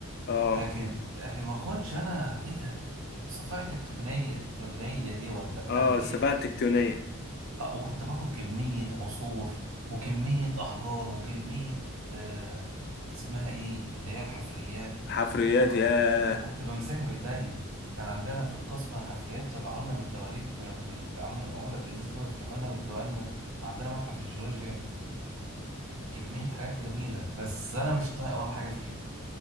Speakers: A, on the left; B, on the right.
A: اه
B: لكن لكن ما اخدش انا ايه ده صفائح تكتونيه تكتونيه دي ولا مش
A: اه
B: عارف
A: السفاهة
B: ايه
A: التكتونية
B: آه، وكنت باخد كمية عصور وكمية أحجار وكمية آه، اسمها إيه اللي هي الحفريات
A: حفريات
B: وكنت بقى
A: ياه
B: وكنت بمسكها بإيديا كان عندنا في القسم حفريات طلعوا لنا من الدواليب ب- عاملة معمولة في إزاز كده ويفتحوا لنا ويدوها لنا وعندنا متحف الجيولوجيا كمية حاجات جميلة بس أنا مش طايق ولا حاجة فيها